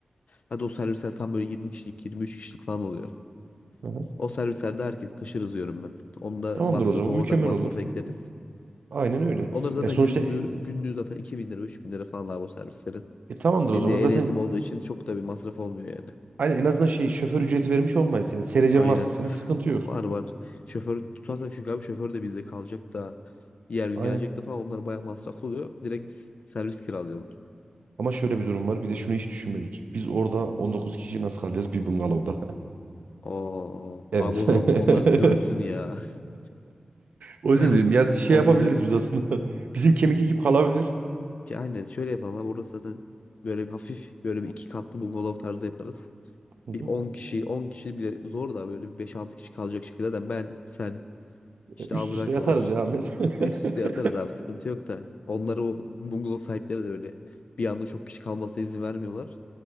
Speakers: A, on the left; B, on the right.
A: Hadi o servisler tam böyle 20 kişilik, 23 kişilik falan oluyor.
B: Hı hı.
A: O servislerde herkes taşırız diyorum ben. Onda
B: Tamamdır
A: masrafı,
B: o zaman.
A: ortak
B: Mükemmel
A: masrafa
B: olur.
A: ekleriz.
B: Aynen öyle.
A: Onların zaten
B: Ya sonuçta
A: günlüğü,
B: e,
A: günlüğü zaten 2000 lira 3000 lira falan abi o servislerin.
B: e, tamamdır
A: Hem
B: o zaman.
A: de
B: Zaten
A: ehliyetim olduğu için çok da bir masraf olmuyor yani.
B: Aynen en azından şey şoför ücreti vermiş olmayız. Yani serecen
A: Aynen.
B: varsa senin sıkıntı yok.
A: Var var. Şoför tutarsak çünkü abi şoför de bizde kalacak da diğer gün
B: Aynen.
A: gelecek de falan onlar bayağı masraflı oluyor. Direkt biz servis kiralayalım.
B: Ama şöyle bir durum var. Bir de şunu hiç düşünmedik. Biz orada 19 kişi nasıl kalacağız bir bungalovda? <laughs>
A: Oo,
B: Evet.
A: abi o zaman
B: <laughs>
A: onlar dönsün ya. <laughs>
B: O yüzden
A: Ben
B: dedim ya şey
A: onları
B: yapabiliriz biz aslında. <laughs> Bizim kemik ekip kalabilir.
A: ki aynen şöyle yapalım abi orası zaten böyle bir hafif böyle bir iki katlı bungalov tarzı yaparız.
B: Hı hı.
A: Bir 10 kişi 10 kişi bile zor da böyle bir beş altı kişi kalacak şekilde zaten ben sen İşte
B: E, Üst
A: Azra
B: üste
A: kalır.
B: yatarız ya Ahmet.
A: Üst üste
B: <laughs>
A: atarız abi sıkıntı yok da. Onları o bungalov sahipleri de böyle bir anda çok kişi kalmasına izin vermiyorlar.